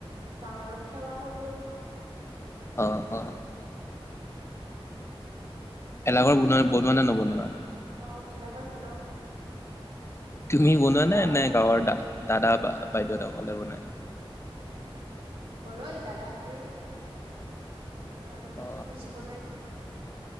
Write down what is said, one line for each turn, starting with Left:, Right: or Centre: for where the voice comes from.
Right: ডাঙৰক সেৱা কৰোঁ।
Left: অ, অ ভেলাঘৰ বনোৱা বনোৱা নে নবনোৱা?
Right: অ ভেলাঘৰ বনাওঁ।
Left: তুমি বনোৱা
Right: গাঁৱ
Left: নে? নে গাঁৱৰ দা দাদা বাইদেউ সকলে বনাই?
Right: বৰয় দাদাহঁতে বাৰু
Left: অ
Right: ডাঙৰ পুজি বনাই।